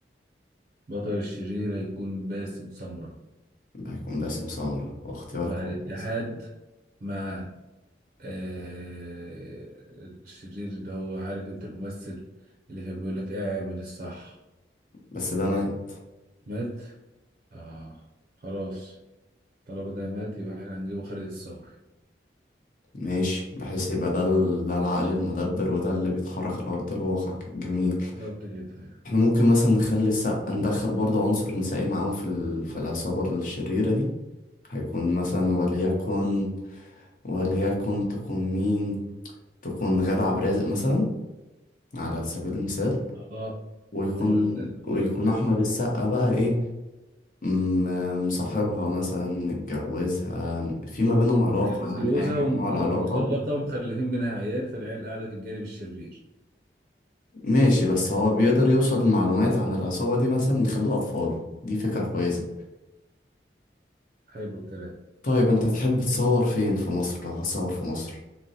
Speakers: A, on the right; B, on the left.
A: بطل الشرير هيكون باسم سمرة
B: ده هيكون باسم سمرة واختيار
A: مع
B: كويس
A: الاتحاد مع آه الشرير اللي هو عارف انت الممثل اللي كان بيقول لك اعمل الصح
B: بس ده مات
A: مات اه خلاص طالما ده مات يبقى احنا هنجيبه خالد الصاوي
B: ماشي بحيث يبقى ده, ال... ده العقل المدبر وده اللي بيتحرك على أرض الواقع جميل
A: بالظبط كده
B: احنا ممكن مثلا نخلي السقا ندخل برضه عنصر نسائي معاهم في ال... في العصابة الشريرة دي هيكون مثلا وليكن وليكن تكون مين تكون غادة عبد الرازق مثلا على سبيل المثال
A: اه
B: ويكون
A: دوره ده
B: ويكون
A: ده المناسب
B: أحمد السقا بقى إيه م- مصاحبها مثلا متجوزها في ما بينهم علاقة
A: هي متجوزها
B: يعني أيا كان
A: وم-
B: نوع العلاقة
A: ومطلقة ومخلفين منها عيال فالعيال قاعدة في الجانب الشرير
B: ماشي بس هو بيقدر يوصل لمعلومات عن العصابة دي مثلا من خلال الأطفال دي فكرة كويسة
A: حلو الكلام
B: طيب أنت تحب تصور فين في مصر لو هتصور في مصر